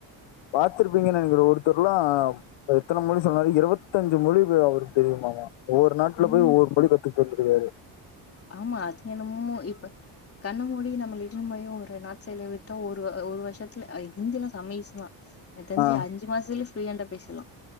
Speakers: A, on the left; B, on the left.
A: பாத்திருப்பீங்கன்னு நெனைக்கிறே ஒருத்தர்லா எத்தன மொழி சொன்னாறு இருவத்தஞ்சு மொழி அவருக்கு தெரியுமாமா ஒவ்வொரு நாட்டுல
B: ம்
A: போயி ஒவ்வொரு மொழி கத்துட்டு வந்திருகாரு
B: ஆமா அது என்னமோ இப்ப கண்ண மூடி நம்மல இட்னு போயி ஒரு நார்த் சைட்லே விட்டா ஒரு அ ஒரு வருஷத்துல இந்தி எல்லா செம ஈசி தா என தெரிஞ்சி
A: ஆ
B: அஞ்சு மாசத்லயே ஃபுளுயன்டா பேசிட்லா